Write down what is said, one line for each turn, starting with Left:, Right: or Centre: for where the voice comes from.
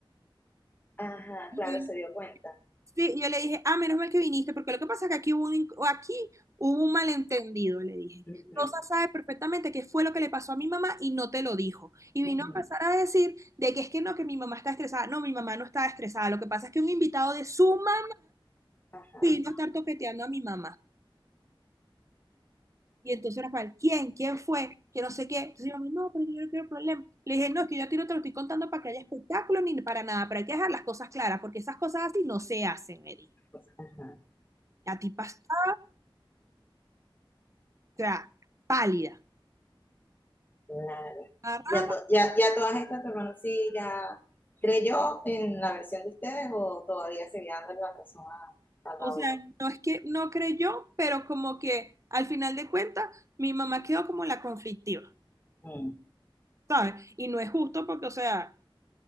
Left: Ajá,
Right: Y
Left: claro,
Right: él-
Left: se dio cuenta.
Right: sí, yo le dije, ah, menos mal que viniste, porque lo que pasa es que aquí hubo un, in- o aquí hubo un malentendido, le dije.
Left: Ujú,
Right: Rosa sabe perfectamente qué fue lo que le pasó a mi mamá y no te lo dijo. Y
Left: ujú,
Right: vino a empezar a decir de que es que no, que mi mamá está estresada. No, mi mamá no estaba estresada. Lo que pasa es que un invitado de suma
Left: Ajá,
Right: vino a estar toqueteando a mi mamá. Y entonces Rafael, ¿quién? ¿Quién fue? Que no sé qué. Entonces yo, no, pero yo no quiero problema. Le dije, no, es que yo a ti no te lo estoy contando para que haya espectáculo ni para nada, pero hay que dejar las cosas claras, porque esas cosas así no se hacen, Eddie.
Left: pues, ajá,
Right: La tipa está, o sea, pálida.
Left: claro.
Right: Agarramos,
Left: Ya, to- ya, ya todas estas, tu hermano, sí, ya creyó en la versión de ustedes o todavía seguía dando la razón a, a la
Right: o sea,
Left: otra.
Right: no es que no creyó, pero como que al final de cuentas, mi mamá quedó como la conflictiva,
Left: Mm,
Right: ¿sabes? Y no es justo porque, o sea,